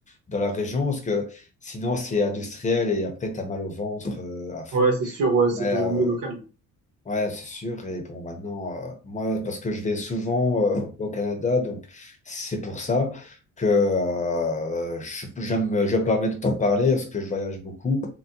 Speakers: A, on the left (about 25°); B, on the right (about 80°).
A: dans la région, parce que sinon, c'est industriel et après, tu as mal au ventre euh, à fond.
B: Ouais, c'est sûr. Ouais, c'est
A: Mais
B: toujours
A: euh,
B: mieux local.
A: Ouais, c'est sûr. Et bon, maintenant, euh, moi, parce que je vais souvent euh, au Canada, donc c'est pour ça que euh, je, j'aime, je me permets de t'en parler parce que je voyage beaucoup.